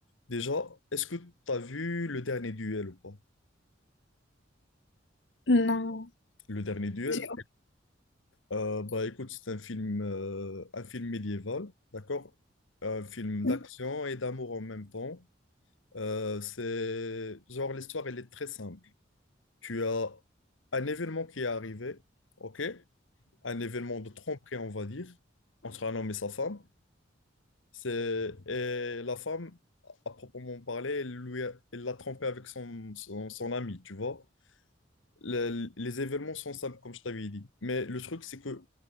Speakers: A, on the left (about 85°); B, on the left (about 65°).
A: Déjà, est-ce que tu as vu Le Dernier Duel ou pas?
B: Non,
A: Le Dernier Duel,
B: j'ai
A: euh, bah, écoute, c'est un film, euh, un film médiéval, d'accord? Un film
B: oui.
A: d'action et d'amour en même temps. Euh, c'est genre l'histoire, elle est très simple. Tu as un événement qui est arrivé, ok? Un événement de tromperie, on va dire, entre un homme et sa femme. C'est, et la femme, à proprement parler, elle lui a- elle l'a trompé avec son, son, son ami, tu vois? Le- les événements sont simples, comme je t'avais dit. Mais le truc, c'est que